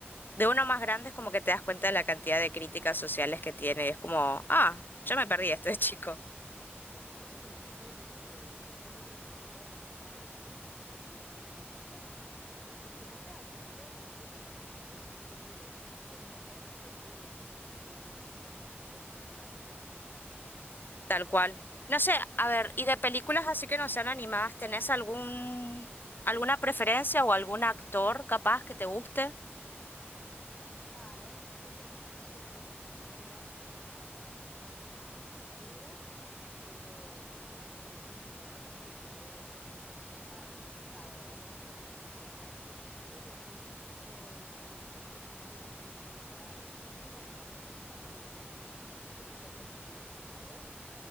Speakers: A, on the left (about 50°); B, on the left (about 20°).
A: de uno más grande es como que te das cuenta de la cantidad de críticas sociales que tiene y es como, ah, yo me perdí esto de chico.
B: Sí, totalmente. Son películas para todas las edades. Sí, sí, sí, ni hablar. Es que en general, casi todas las cosas, viste, cuando vas creciendo le tenés otra percepción y más esas que tienen un mensaje recontra claro.
A: Tal cual. No sé, a ver, y de películas así que no sean animadas, ¿tenés algún, alguna preferencia o algún actor capaz que te guste?
B: Ah, la verdad es que yo soy súper cinéfila, me gustan muchos géneros, pero los que más me entretienen, ponerle así para ver, tipo relajado, un sábado a la noche para distender, es la ciencia ficción o algunos mundos medio raros. Si son apocalípticos también me gustan. Ese tipo de cosas me gusta. ¿A vos?